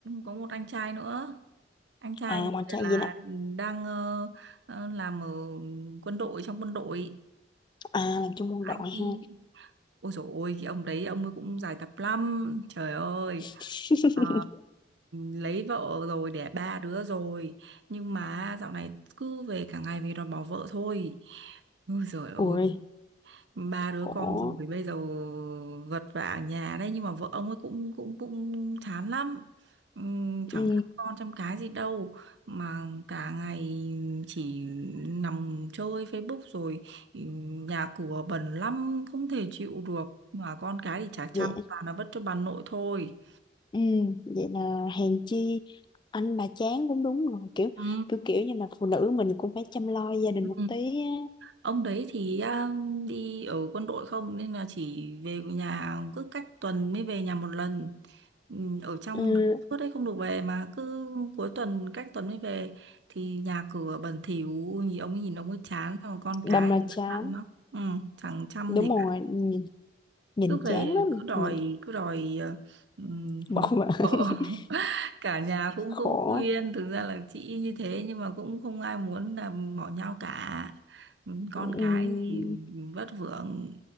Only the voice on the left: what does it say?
À bọn
trai gì đó.
À làm chung quân
đội ha.
<laughs>
Ui
khổ.
Ừ,
vậy
ừ, vậy là hèn chi anh bà chán cũng đúng rồi kiểu
kiểu kiểu như là phụ nữ mình cũng phải chăm lo gia đình
một tí á.
ừ,
đâm
là
chán
đúng
rồi
nhìn, nhìn
chán lắm
nhìn
bực mà
<laughs>
khổ
ừ.